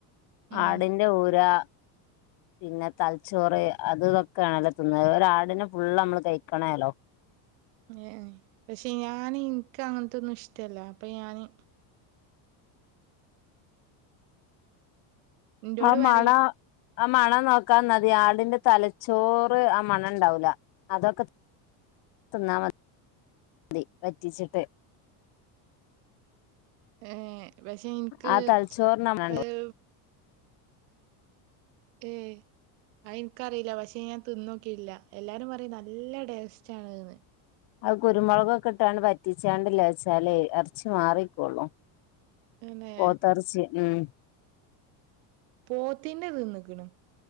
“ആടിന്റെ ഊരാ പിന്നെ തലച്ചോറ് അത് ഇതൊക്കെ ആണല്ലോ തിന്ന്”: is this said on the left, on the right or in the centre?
Left